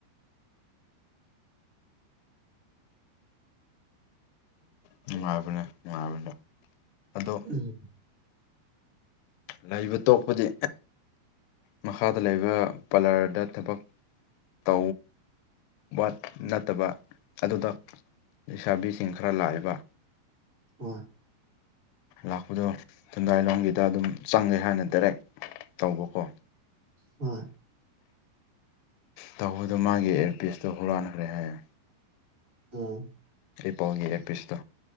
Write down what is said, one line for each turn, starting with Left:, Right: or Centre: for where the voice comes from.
Left: ꯅꯨꯡꯉꯥꯏꯕꯅꯦ ꯅꯨꯡꯉꯥꯏꯕꯅꯦ ꯑꯗꯣ
Right: ꯎꯝ
Left: ꯂꯩꯕ ꯇꯣꯛꯄꯗꯤ ꯃꯈꯥꯗ ꯂꯩꯕ ꯄꯥꯔꯂꯔꯗ ꯊꯕꯛ ꯇ ꯋꯥ ꯅꯠꯇꯕ ꯑꯗꯨꯗ ꯂꯩꯁꯥꯕꯤꯁꯤꯡ ꯈꯔ ꯂꯥꯛꯏꯕ
Right: ꯍꯣꯏ
Left: ꯂꯥꯛꯄꯗꯣ ꯊꯨꯝꯗꯥꯏꯂꯣꯝꯒꯤꯗ ꯑꯗꯨꯝ ꯆꯪꯒꯦ ꯍꯥꯏꯅ ꯗꯥꯏꯔꯦꯛ ꯇꯧꯕꯀꯣ
Right: ꯍꯣꯏ
Left: ꯇꯧꯕꯗꯣ ꯃꯥꯒꯤ ꯑꯦꯌꯥꯔꯄꯤꯁꯇꯣ ꯍꯨꯔꯥꯟꯈ꯭ꯔꯦ ꯍꯥꯏꯔ
Right: ꯑꯝ
Left: ꯑꯩ ꯄꯥꯎꯜꯒꯤ ꯑꯦꯗꯄꯤꯁꯇꯣ